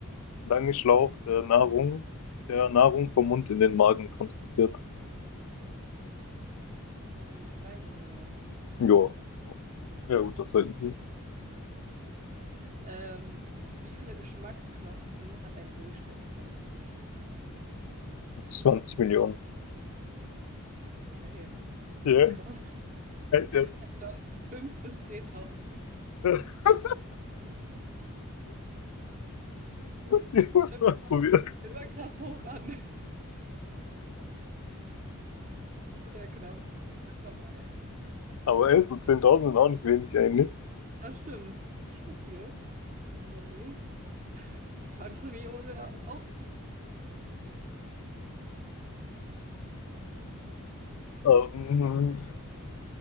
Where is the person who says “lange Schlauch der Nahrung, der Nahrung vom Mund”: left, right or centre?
Left